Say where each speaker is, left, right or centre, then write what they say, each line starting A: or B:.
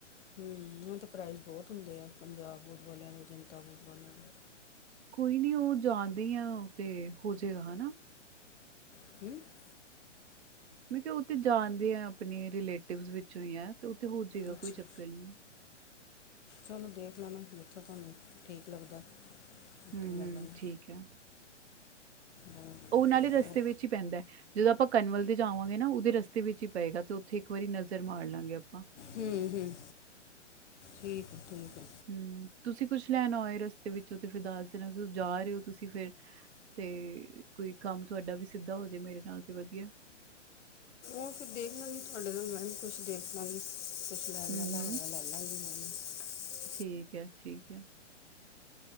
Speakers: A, on the left; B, on the right.
A: ਹਮ ਓਨਾਂ ਦੇ ਪ੍ਰਾਈਜ਼ ਬੋਤ ਹੁੰਦੇ ਐ, ਪੰਜਾਬ ਬੂਟ ਵਾਲਿਆਂ ਦੇ ਜਨਤਾ ਬੂਟ ਵਾਲਿਆਂ ਦੇ।
B: ਕੋਈ ਨੀ ਓ ਜਾਨਦੇ ਈ ਆਂ, ਤੇ ਹੋਜੇਗਾ ਹਨਾ
A: <inaudible>
B: ਮੈਂ ਕਿਆ ਓ ਤੇ ਜਾਨਦੇ ਏਂ, ਆਪਣੇ ਰਿਲੇਟਿਵਸ ਵਿੱਚੋਂ ਈ ਐ, ਤੇ ਓ ਤੇ ਹੋ ਜੇਗਾ
A: ਅੱਛਾ
B: ਕੋਈ ਚੱਕਰ ਨਈ।
A: ਚਲੋ ਦੇਖ ਲੈਣਾ, ਜਿੱਥੋਂ ਤਾਨੂੰ, ਠੀਕ ਲੱਗਦਾ। ਉੱਥੋਂ
B: ਹਮ-ਹਮ
A: ਲੈ ਲੈਣਾ
B: ਠੀਕ ਐ।
A: ਹੋਰ
B: ਓ ਨਾਲੇ ਰਸਤੇ ਵਿੱਚ ਈ ਪੈਂਦਾ। ਜਦੋਂ ਆਪਾਂ ਕਨਮਲ ਦੇ ਜਾਵਾਂਗੇ ਨਾ, ਓਦੇ ਰਸਤੇ ਵਿੱਚ ਈ ਪਏਗਾ, ਤੇ ਉੱਥੇ ਇੱਕ ਵਾਰੀ ਨਜ਼ਰ ਮਾਰ ਲਾਂਗੇ ਆਪਾਂ
A: ਹੂੰ -ਹੂੰ, ਠੀਕ ਏ, ਠੀਕ ਏ।
B: ਹੂੰ, ਤੁਸੀਂ ਕੁਸ਼ ਲੈਣਾ ਹੋਏ ਰਸਤੇ ਵਿੱਚੋਂ ਤੇ ਫਿਰ ਦੱਸ ਦੇਣਾ, ਕਿਉਂ ਜਾ ਰਏ ਓ ਤੁਸੀਂ ਫੇਰ ਤੇ ਕੋਈ ਕੰਮ ਤੁਆਡਾ ਵੀ ਸਿੱਧਾ ਹੋਜੇ ਮੇਰੇ ਨਾਲ ਤੇ ਵਦੀਐ
A: ਓ ਫਿਰ ਦੇਖ ਲਾਂਗੀ, ਤੁਆਡੇ ਨਾਲ ਮੈਂ ਵੀ ਕੁਸ਼ ਦੇਖ ਲਾਂਗੀ, ਕੁਸ਼ ਲੈ
B: ਹੂੰ-ਹੂੰ
A: ਲੈਲਾ ਗੀ ਮੈ ਵੀ। <inaudible>
B: ਠੀਕ ਐ, ਠੀਕ ਐ।